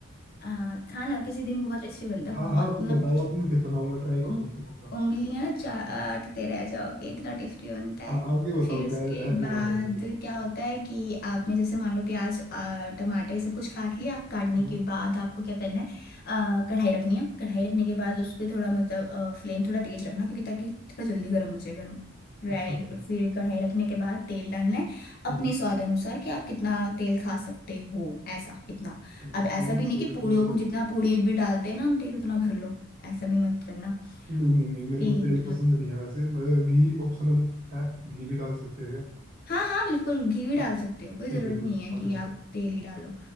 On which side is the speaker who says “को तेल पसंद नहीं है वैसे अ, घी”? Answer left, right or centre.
Right